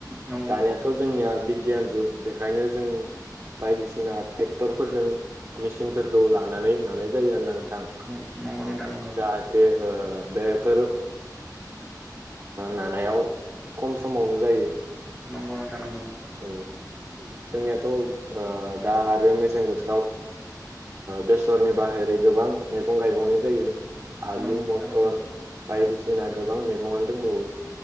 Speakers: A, in the centre; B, on the right.
A: नंगौ
B: दानियाथ' जोंनिया बिगियान जुग बेनिखायनो जों बायदिसिना ट्रेक्टर फोरजों मेचिनफोरखौ लानानै नानाय जायो आरोना नों थां
A: नंगौ नंगौ नोंथां नंगौ
B: जाहाथे ओ बेफोर ओ नानायाव खम समावनो जायो।
A: नंगौ नोंथां नंगौ।
B: औ जोंनियाथ' ओ दा आरो मेसें बोथोराव बेसरनि बाहेरै गोबां मैगं गायबावनाय जायो आलु
A: नंगौ
B: मथर
A: नोंथां नंगौ
B: बायदिसिना गोबां मैगंआनो दंबावो